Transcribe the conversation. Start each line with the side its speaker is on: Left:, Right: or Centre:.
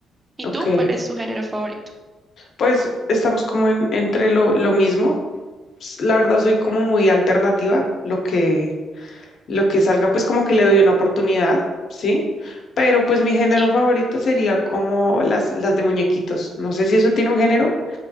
Right: ¿Y
Left: ok.
Right: tú cuál es tu género favorito?
Left: Pues estamos como en- entre lo, lo mismo. S- La verdad soy como muy alternativa, lo que, lo que salga, pues como que le doy una oportunidad, ¿sí? Pero pues mi género
Right: Sí.
Left: favorito sería como las, las de muñequitos. No sé si eso tiene un género.